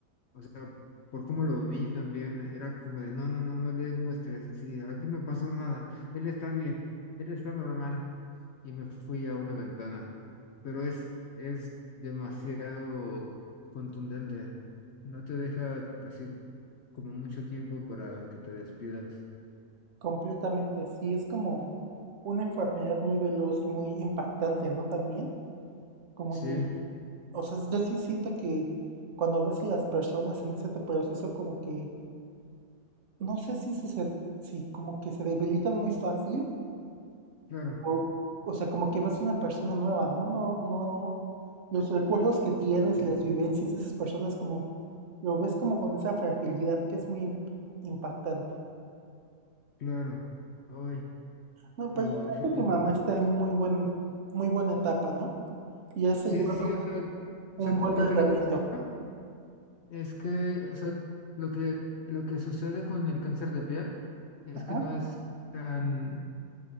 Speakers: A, on the left; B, on the right.
A: sea, por cómo lo vi también, era como de, no, no, no, no le muestres así, aquí no pasó nada, él está bien, él está normal. Y me fui a una ventana, pero es, es demasiado contundente, no te deja así como mucho tiempo para que te despidas.
B: Completamente, sí, es como una enfermedad muy veloz, muy impactante, ¿no? También, como
A: Sí,
B: que, o sea, yo sí siento que cuando ves a las personas en ese proceso, como que, no sé si se, se- si como que se debilitan muy fácil,
A: claro,
B: o, o sea, como que ves una persona nueva, ¿no? No, no, no, los recursos que tienes,
A: sí,
B: las vivencias de esas personas, como, lo ves como con esa fragilidad que es muy imp- impactante.
A: claro, hoy,
B: No,
A: lo,
B: pero yo creo
A: sí,
B: que
A: sí,
B: tu mamá
A: sí,
B: está en muy buen, muy buena etapa, ¿no? y ese
A: sí,
B: lleva
A: sí, sí, o sea,
B: un
A: o sea,
B: buen
A: te-
B: tratamiento.
A: lo que le costó. Es que, o sea, lo que, lo que sucede con el cáncer de piel es
B: Ajá.
A: que no es tan